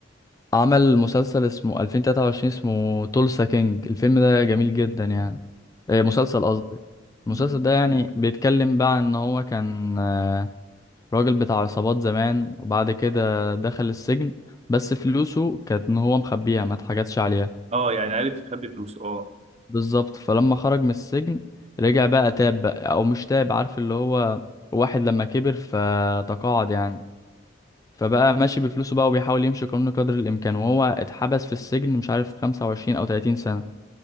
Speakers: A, on the left (about 20°); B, on the right (about 35°).
A: عمل مسلسل اسمه 2023 اسمه تولسا كينج الفيلم ده جميل جدا يعني إيه، مسلسل قصدي المسلسل
B: ايه؟
A: ده يعني بيتكلم بقى ان هو كان آه، راجل بتاع عصابات زمان وبعد كده دخل السجن بس فلوسه كانت ان هو مخبيها ما اتحاجتش عليها
B: اه يعني عارف يخبي فلوسه اه
A: بالظبط فلما خرج من السجن رجع بقى تاب بقى او مش تاب عارف اللي هو واحد لما كبر فتقاعد يعني فبقى ماشي بفلوسه بقى وبيحاول يمشي قانون قدر الإمكان وهو اتحبس في السجن مش عارف 25 أو 30 سنة